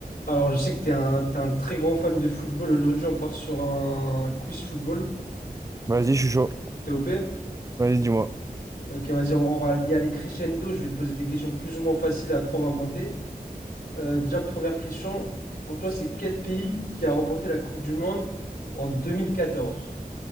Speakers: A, on the left; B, on the right.
A: Alors, je sais que t'es un, t'es un très grand fan de football. Aujourd'hui, on part sur un quiz football,
B: Vas-y, je suis chaud.
A: T'es TOP.
B: Vas-y, dis-moi.
A: Ok, vas-y, on, on va y aller crescendo. Je vais te poser des questions plus ou moins faciles, après on va monter. Euh, déjà, première question, pour toi, c'est quel pays qui a remporté la Coupe du Monde en 2014?